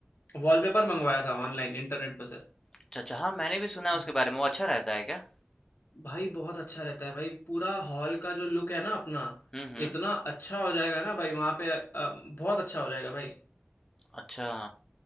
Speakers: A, on the left; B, on the left.
A: वॉलपेपर मंगवाया था ऑनलाइन इंटरनेट पर सर
B: अच्छा, अच्छा। हाँ, मैंने भी
A: तो
B: सुना है उसके बारे में। वो अच्छा रहता है क्या?
A: भाई बहुत अच्छा रहता है भाई पूरा हॉल का जो लुक है ना अपना
B: हुँ, हुँ।
A: इतना अच्छा हो जाएगा ना भाई वहाँ पे अ, बहुत अच्छा हो जाएगा भाई
B: अच्छा।